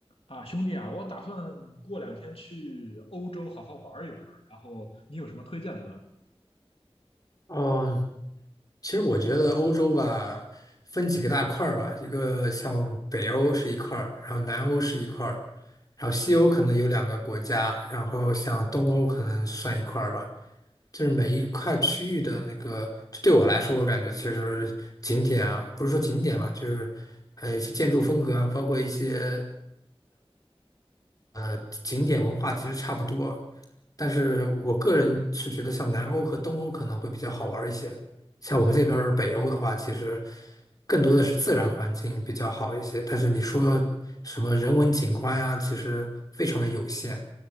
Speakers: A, on the left; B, on the left.
A: 啊，兄弟啊，我打算过两天去欧洲好好玩一玩，然后你有什么推荐的吗？
B: 哦，其实我觉得欧洲吧，分几个大块儿吧，一个像北欧是一块儿，然后南欧是一块儿，然后西欧可能有两个国家，然后像东欧可能算一块儿吧。就是每一块区域的那个，就对我来说，我感觉其实景点啊，不是说景点吧，就是还有一些建筑风格啊，包括一些。呃景点文化其实差不多，但是我个人是觉得像南欧和东欧可能会比较好玩儿一些。像我们这边儿北欧的话，其实更多的是自然环境比较好一些，但是你说什么人文景观呀，其实非常的有限。